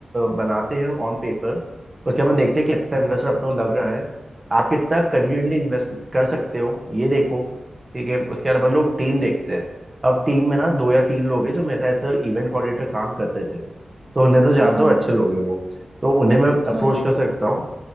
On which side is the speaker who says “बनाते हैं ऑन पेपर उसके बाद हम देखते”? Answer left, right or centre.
Right